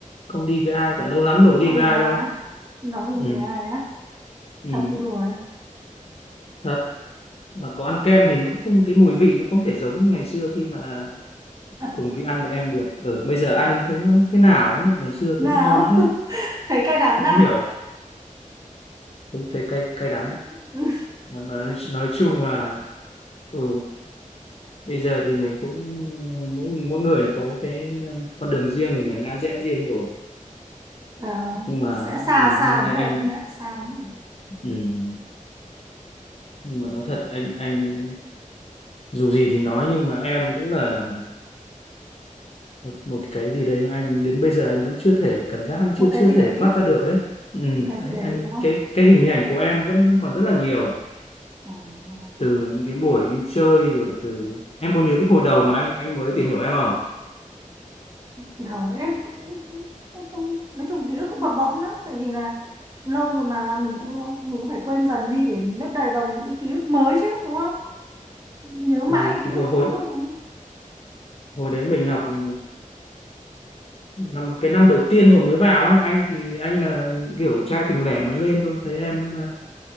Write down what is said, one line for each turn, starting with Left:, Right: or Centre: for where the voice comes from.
Left: không đi với ai cả lâu lắm rồi có đi
Right: không đi
Left: với
Right: với
Left: ai
Right: ai
Left: đâu
Right: á nói không
Left: ừ,
Right: đi với ai á
Left: ừ.
Right: thật cái đùa đấy
Left: thật mà có ăn kem thì nó cũng không cái mùi vị nó không thể giống như ngày xưa khi mà
Right: <laughs>
Left: cùng vị ăn với em được ở bây giờ ăn thấy nó thế nào ấy. ngày xưa
Right: nào
Left: thấy nó ngon thế
Right: <laughs> thấy cay đắng
Left: không
Right: à
Left: hiểu thấy thấy cay cay đắng đấy
Right: <laughs>
Left: Nó- nói, nói chung là ừ, bây giờ thì mình cũng mỗi mỗi người có cái um, con đường riêng mình là ngã rẽ riêng rồi
Right: nào
Left: nhưng mà
Right: sẽ xa
Left: ừ,
Right: xa
Left: hôm
Right: lắm
Left: nay
Right: rồi
Left: anh
Right: em ạ xa lắm rồi.
Left: ừ, nhưng mà nói thật anh anh dù gì thì nói nhưng mà em cũng là một một cái gì đấy mà anh đến bây giờ anh vẫn chưa thể cảm giác anh
Right: một
Left: chưa
Right: cái
Left: chưa
Right: gì
Left: thể
Right: đấy
Left: thoát ra được ấy ừ,
Right: một cái gì
Left: anh
Right: đấy
Left: anh
Right: đúng không
Left: cái cái hình ảnh của em vẫn vẫn còn rất là nhiều
Right: ờ, ờ.
Left: từ những cái buổi đi chơi rồi từ em có nhớ cái hồi đầu mà anh anh mới tìm hiểu em không
Right: đầu em cũng, cũng, cũng, cũng nói chung ký ức cũng bập bõm lắm tại vì là lâu rồi mà mình cũng mình cũng phải quên dần đi để mình lấp đầy bằng những cái ký ức mới chứ đúng không nhớ mãi
Left: ừ,
Right: những ký
Left: thì hồi
Right: ức
Left: hồi
Right: cũ rồi.
Left: hồi đấy mình học ừ, năm cái năm đầu tiên hồi mới vào ấy anh thì anh là kiểu trai tình lẻ mới lên thôi thấy em à,